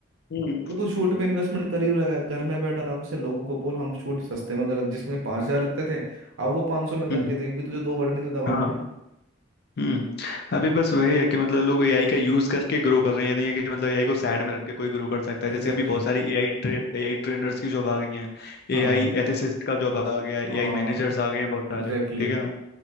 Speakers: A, on the left; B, on the right.
A: हम्म
B: तो तू शूट में इन्वेस्टमेंट कर ही रहेगा घर में बैठ आराम से लोगों को बोल हम शूट सस्ते में कर जिसमें पाँच हज़ार लगते थे अब वो पाँच सौ में करके
A: हम्म
B: दे क्योंकि तुझे दो बटन ही तो दबाने
A: हाँ
B: हैं
A: हम्म अभी बस वही है कि मतलब लोग एआई का यूज करके ग्रो कर रहे हैं ये नहीं है कि मतलब एआई को साइड में रख के कोई ग्रो कर सकता है जैसे
B: Exactly
A: अभी बहुत
B: exactly.
A: सारी एआई ट्रे, एआई ट्रेनर्स की जॉब आ गई हैं
B: हाँ
A: एआई एथिसिस्ट का जॉब आ गया है
B: हाँ
A: एआई मैनेजर्स आ गए हैं बहुत सारे
B: Exactly
A: ठीक
B: exactly.
A: है ना